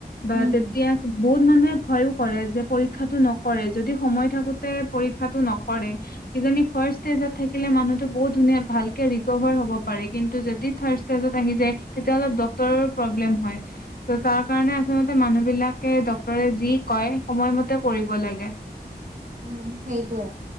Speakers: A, on the left; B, on the right.
A: বা
B: উম
A: তেতিয়া - বহুত মানুহে ভয়ও কৰে যে পৰীক্ষাটো নকৰে যদি সময় থাকোতে পৰীক্ষাটো নকৰে। কিজানী ফাৰ্ষ্ট ষ্টেজত থাকিলে মানুহতো বহুত ধুনীয়া ভালকে ৰিকভাৰ হ'ব- পাৰে কিন্তু যদি থাষ্ট ষ্টেজত আহি জায় তেতিয়া হ'লে ডক্টৰৰ প্ৰব্লেম হয়। তাৰ কাৰণে আচলতে মানুহ বিলাকে ডক্টৰে যি কয় সময়মতে কৰিব লাগে।
B: উম সেইটোৱে-